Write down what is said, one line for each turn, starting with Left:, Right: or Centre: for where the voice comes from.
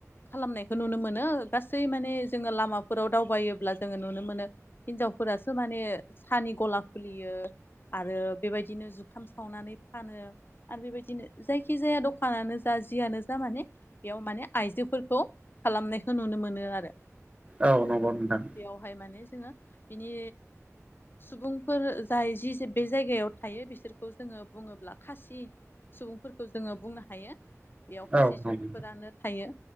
Left: खालामनायखौ नुनो मोनो गासै माने जोङो लामाफोराव दावबायोब्ला जोङो नुनो मोनो हिनजाव फोरासो माने सानि गला खुलियो आरो बेबायदिनो जुखाम सावनानै फानो आरो बेबायदिनो जायखिजाया दखानानो जा जियानो जा माने बेयाव माने आइजो फोरखौ खालामनायखौ नुनो मोनो आरो
Right: औ नंगौ नोंथां
Left: बेयावहाय माने जोङो बिनि सुबुंफोर जाय जि बे जायगायाव थायो बिसोरखौ जोङो बुङोब्ला खासि सुबुंफोरखौ जोङो बुंनो हायो बेयाव कासि
Right: औ
Left: सुबुंफोरानो
Right: नंगौ
Left: थायो